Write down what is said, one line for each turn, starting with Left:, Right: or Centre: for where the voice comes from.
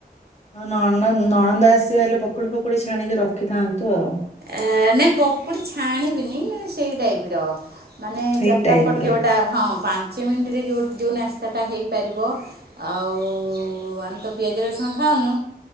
Left: ହଁ ନ ନଣନ୍ଦ ଆସିବ ହେଲେ ପକୁଡି ଫକୁଡି ଛାଣିକି ରଖିଥାନ୍ତୁ ଆଉ।
Right: ଏ ନାଇଁ ପକୁଡି ଛାଣିବିନି ସେଇ ଟାଇପ ର ମାନେ
Left: ସେଇ
Right: ଚଟାପଟ
Left: ଟାଇପ ର
Right: ଯେଉଟା ହଁ ପାଞ୍ଚ ମିନିଟରେ ଯେଉ ଯେଉ ନାସ୍ତାଟା ହେଇପାରିବ ଆଉ ଆମେ ତ ପିଆଜ ରସୁଣ ଖାଉନୁ